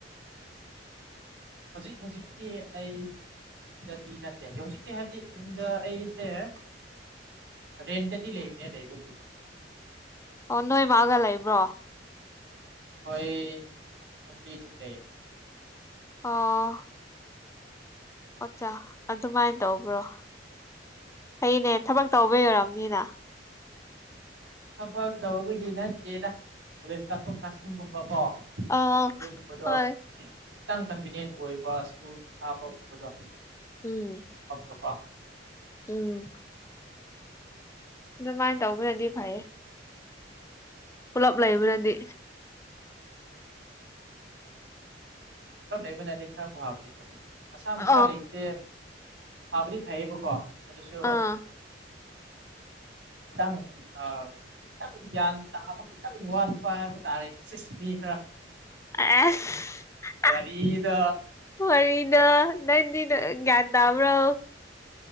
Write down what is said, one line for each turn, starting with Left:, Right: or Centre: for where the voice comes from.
Right: ꯍꯧꯖꯤꯛ ꯍꯧꯖꯤꯛꯀꯤ ꯑꯩ ꯗꯗꯤ ꯅꯠꯇꯦ ꯍꯧꯖꯤꯛꯇꯤ ꯍꯥꯏꯕꯗꯤ ꯌꯨꯝꯗ ꯑꯩꯁꯦ ꯑ ꯔꯦꯟꯗꯤ ꯂꯩꯅꯦ ꯂꯩꯕ
Left: ꯑꯣ ꯅꯣꯏ ꯃꯥꯒ ꯂꯩꯕ꯭ꯔꯣ
Right: ꯍꯣꯏ ꯊ ꯑꯗꯨ ꯂꯩ
Left: ꯑꯥ ꯑꯣꯆꯥꯥ ꯑꯗꯨꯃꯥꯏꯅ ꯇꯧꯕ꯭ꯔꯣ ꯍꯅꯦ ꯊꯕꯛ ꯇꯧꯕ ꯌꯔꯝꯅꯤꯅ
Right: ꯊꯕꯛ ꯇꯧꯕꯒꯤ ꯅꯠꯇꯦꯗ ꯄꯨꯂꯤꯁꯇ ꯑꯗꯨꯒꯒꯨꯝꯕꯀꯣ
Left: ꯑꯥ
Right: ꯑꯗꯨꯒꯨꯝꯕꯗꯣ
Left: ꯍꯣꯏ
Right: ꯈꯤꯇꯪ ꯀꯟꯚꯤꯅꯤꯌꯦꯟ ꯑꯣꯏꯕ ꯁ꯭ꯀꯨꯜ ꯊꯥꯕꯒꯕꯗꯣ
Left: ꯎꯝ
Right: ꯐꯅꯀꯣ
Left: ꯎꯝ ꯑꯗꯨꯃꯥꯏꯅ ꯇꯧꯕꯅꯗꯤ ꯐꯩꯌꯦ ꯄꯨꯂꯞ ꯂꯩꯕꯅꯗꯤ
Right: ꯄꯨꯂꯞ ꯂꯩꯕꯅꯗꯤ ꯈꯔꯕꯨ ꯍꯥꯞꯅꯤꯁꯨꯨꯝ ꯃꯁꯥ
Left: ꯑ
Right: ꯃꯁꯥ ꯂꯩꯕꯁꯦ ꯊꯥꯕꯨꯗꯤ ꯐꯩꯌꯦꯕꯀꯣ ꯑꯗꯨꯁꯨ
Left: ꯑꯥ
Right: ꯈꯤꯇꯪ ꯈꯤꯇꯪ ꯒ꯭ꯌꯥꯟ ꯇꯥꯕ ꯈꯤꯇꯪ ꯋꯥꯠꯄ ꯍꯥꯏꯕ ꯇꯥꯔꯦꯁ ꯃꯤ ꯈꯔ
Left: ꯑꯦꯁ
Right: ꯋꯥꯔꯤꯗꯣ
Left: ꯍꯔꯤꯅ ꯅꯟꯗꯤꯅ ꯭ ꯇꯝ꯭ꯔꯥꯎ